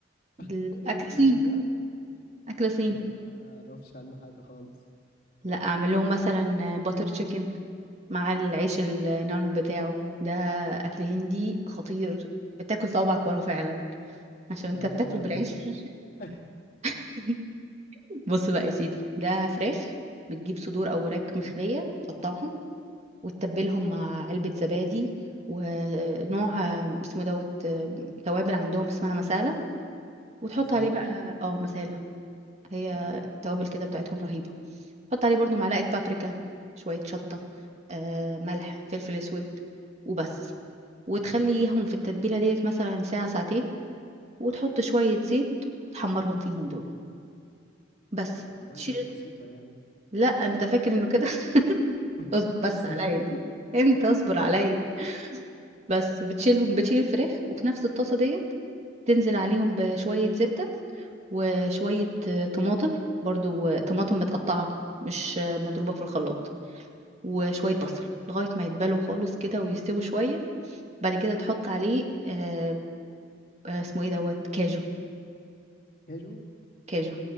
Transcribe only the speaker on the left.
<laughs>
ايه الكلام
ده
لا اعرفش عنه حاجة خالص
ده عبارة
عن
ايه ده <laughs>
مثلا
مم.
طيب والله
بسيطة يعني
<laughs>
لسه
في تاني
كاجو